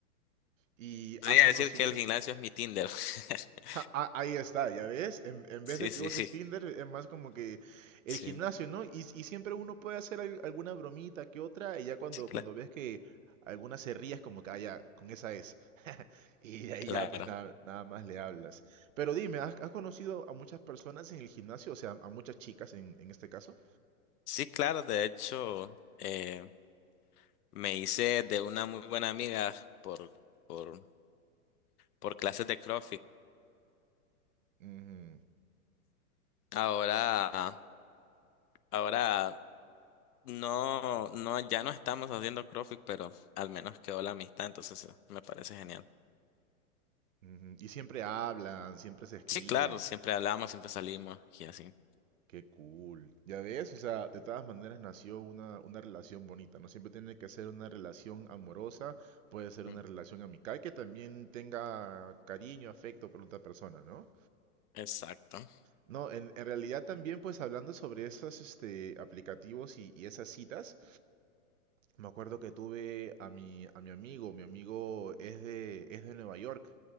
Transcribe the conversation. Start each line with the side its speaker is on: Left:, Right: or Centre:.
Right: ¿Y
Left: Podría
Right: has conocido
Left: decir que
Right: muchas
Left: el gimnasio
Right: chicas?
Left: es mi Tinder. <laughs>
Right: Ja, ah, ahí está, ya ves, en, en
Left: Sí,
Right: vez de que
Left: sí,
Right: uses
Left: sí,
Right: Tinder, es más como que el
Left: sí,
Right: gimnasio, ¿no? Y, y siempre uno puede hacer al- alguna bromita que otra, y ya cuando,
Left: sí, cla-
Right: cuando ves que alguna se ríe, es como que, ah, ya, con esa es. <laughs> Y de ahí
Left: claro.
Right: ya, pues nada, nada más le hablas. Pero dime, ¿has, has conocido a muchas personas en el gimnasio? O sea, a muchas chicas en, en este caso.
Left: Sí, claro, de hecho, eh, me hice de una muy buena amiga por, por, por clases de CrossFit.
Right: Ujú,
Left: Ahora, ahora no, no, ya no estamos haciendo CrossFit, pero al menos quedó la amistad, entonces eh, me parece genial.
Right: ujú. Y siempre hablan, siempre se escriben.
Left: Sí, claro, siempre hablamos, siempre salimos y así.
Right: Qué cool. Ya ves, o sea, de todas maneras nació una, una relación bonita. No siempre tiene que ser una relación amorosa, puede ser
Left: Mm,
Right: una relación amical que también tenga cariño, afecto por otra persona, ¿no?
Left: Exacto.
Right: No, en, en realidad también pues hablando sobre esos este, aplicativos y, y esas citas, me acuerdo que tuve a mi, a mi amigo, mi amigo es de, es de Nueva York,